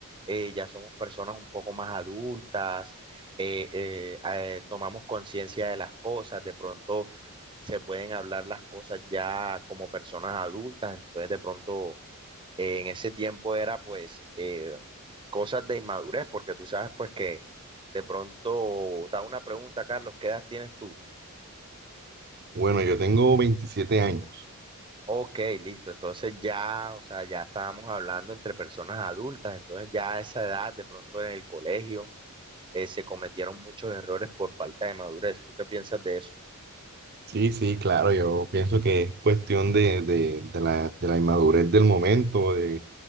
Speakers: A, on the right; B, on the right.
A: eh, ya somos personas un poco más adultas, eh, eh, eh, tomamos conciencia de las cosas, de pronto se pueden hablar las cosas ya como personas adultas, entonces de pronto eh, en ese tiempo era pues eh, cosas de inmadurez, porque tú sabes pues que de pronto te hago una pregunta, Carlos, ¿qué edad tienes tú?
B: Bueno, yo tengo 27 años.
A: Ok, listo. Entonces ya, o sea, ya estábamos hablando entre personas adultas, entonces ya a esa edad, de pronto en el colegio, eh, se cometieron muchos errores por falta de madurez. ¿Tú qué piensas de eso?
B: Sí, sí, claro, yo pienso que es cuestión de, de- de la, de la inmadurez del momento, de,